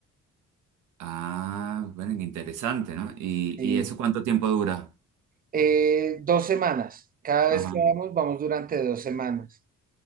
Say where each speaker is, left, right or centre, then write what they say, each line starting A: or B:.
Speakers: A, on the right; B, on the right.
A: Ah, bueno, qué interesante, ¿no? ¿Y,
B: sí.
A: y eso cuánto tiempo dura?
B: Eh, dos semanas. Cada
A: Ajá.
B: vez que vamos, vamos durante dos semanas.